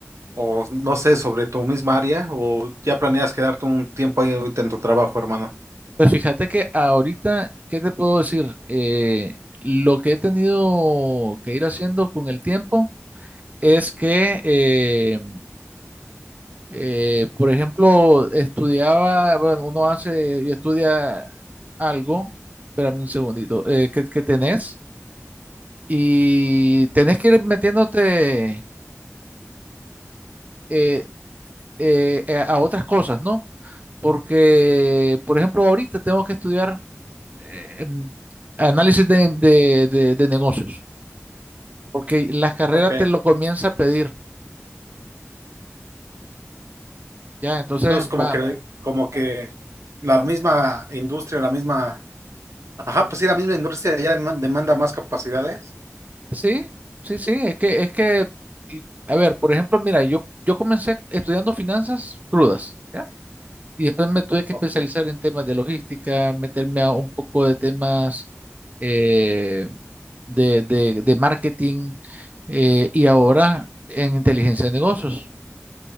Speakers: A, on the right; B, on the right.
A: o no sé, sobre tu misma área o ya planeas quedarte un tiempo ahí ahorita en tu trabajo, hermano?
B: pues fíjate que ahorita, ¿qué te puedo decir? Eh, lo que he tenido que ir haciendo con el tiempo es que eh, Eh, por ejemplo, estudiaba, bueno, uno hace y estudia algo, espérame un segundito, eh, que, que tenés y tenés que ir metiéndote eh, eh, eh, a otras cosas, ¿no? Porque, por ejemplo, ahorita tengo que estudiar eh, em, análisis de, de- de- de negocios, porque la carrera
A: Ok.
B: te lo comienza a pedir, ¿ya? Entonces
A: Entonces, como
B: va,
A: que, como que la misma industria, la misma... Ajá, pues sí, la misma industria ya dema- demanda más capacidades.
B: Sí, sí, sí, es que, es que, y- a ver, por ejemplo, mira, yo, yo comencé estudiando finanzas crudas, ¿ya? Y después me tuve que
A: Ok.
B: especializar en temas de logística, meterme a un poco de temas eh, de, de- de marketing eh, y ahora en inteligencia de negocios,